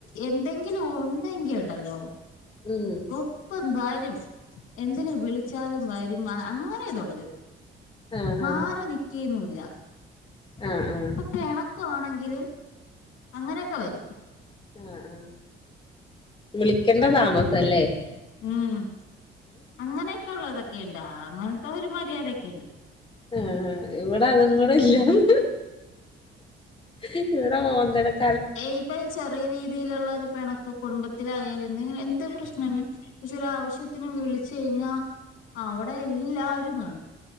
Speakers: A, on the left; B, on the left.
A: എന്തെങ്കിലും ഒണ്ടെങ്കിഒണ്ടല്ലോ
B: ഉം...
A: ഒപ്പം വരും.. എന്തിന് വിളിച്ചാലും വരും.. അങ്ങനെതുണ്ട്.
B: ആഹ്
A: മാറിനിക്കേന്നൂല്ല...
B: ങാ... ങാ.. ഹ്.
A: പ്പൊ പെണക്കോണെങ്കിലും അങ്ങനെയൊക്ക വരും.
B: ങാ.. ങാ.. വിളിക്കണ്ട
A: ആ
B: താമസം അല്ലേ...
A: ഉം.. അങ്ങനെയൊക്കെള്ള ഇതൊക്കെണ്ട്. അങ്ങനത്ത ഒരു മര്യാദേക്കെണ്ട്.
B: മ്മ്... ഇവിട അതും കൂടെ ഇല്ലാന്നു മ്.. ഹ്.. ഇവിട <unintelligible>
A: ഏയ്.. ഇപ്പൊ ചെറിയ രീതിയിലൊള്ള ഒരു പെണക്ക് കുടുംബ ത്തിലായാലും എന്തെങ്കിലു.. എന്ത് പ്രശ്നലും എന്തെങ്കിലും ആവശ്യത്തിന് വിളിച്ച് കഴിഞ്ഞാ അവിട എല്ലാരും.. കാണും.